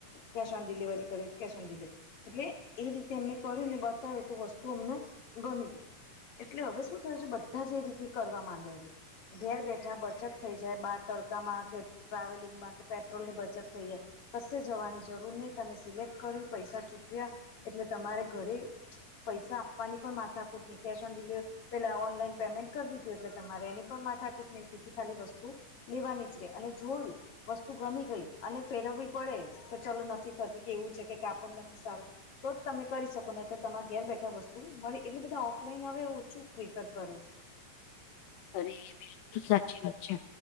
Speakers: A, on the left (about 45°); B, on the left (about 85°).
A: cash on delivery cash on delivery એટલે એ રીતે અમને કર ને બતાવ્યું તો વસ્તુ અમને ગમી ગું <unintelligible> એટલે હવે શું થયું છે, બધા જ એ રીતે કરવા માંડ્યા છે. ઘેર બેઠા બચત થઈ જાય બાર તડકામાં કે ટ્રાવેલિંગ માં કે પેટ્રોલ ની બચત થઈ જાય કશે જવાની જરૂર નહી તમે સિલેક્ટ કર્યું પૈસા ચૂક્યા એટલે તમારે ઘરે પૈસા આપવાની પણ માથાકૂટ નહી કેશ ઓન ડિલિવવરી પેલા ઓનલાઈન પેમેન્ટ કરી દીધું એટલે તમારે એની પણ માથાકુટ નધી ખાલી વસ્તુ લેવા નીચરે અને જોયું વસ્તુ ગમી ગઈ અને ફેરવવી પડે કે ચલો નથી થતી કેવું છે, કે કાપડ નથી સારું તો જ તમે કરી શકો નઈતો તમારે ઘેર બેઠા વસ્તુ મળે એટલે બધા ઓફલાઈન હવે ઓછું પ્રિફર કરે છે.
B: અરે બિલકુલ સાચી વાત છે